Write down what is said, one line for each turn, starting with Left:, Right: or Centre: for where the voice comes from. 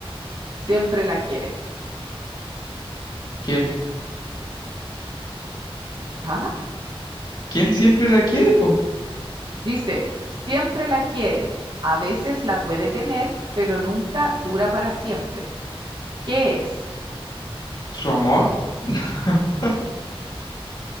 Right: Siempre la quiere.
Left: ¿Quién?
Right: Ah,
Left: ¿Quién siempre la quiere,
Right: dice,
Left: po?
Right: dice, siempre la quiere, a veces la puede tener, pero nunca dura para siempre. ¿Qué es?
Left: ¿Su amor? <laughs>